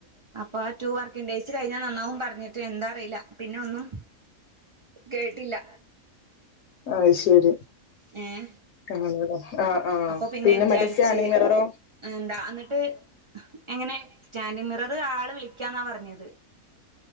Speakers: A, on the right; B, on the left.
A: അപ്പൊ? ആ ട്ടു വർക്കിങ് ഡേയ്സ് കഴിഞ്ഞാ നന്നാവും. പറഞ്ഞിട്ട് എന്താ അറിയില്ല. പിന്നെ ഒന്നും. കേട്ടില്ല
B: അ ശരി
A: ങ്ങെ
B: കാണൂല ആഹ് ആഹ്
A: അപ്പൊ പിന്നെ വിചാരിച്ച്
B: മറ്റേ സ്കാനിങ് മിററോ
A: എന്താ അന്നിട്ട് എങ്ങനെ സ്റ്റാൻഡ്മിറ റ് ആള് വിളിക്കാന്നാ പറഞ്ഞത്.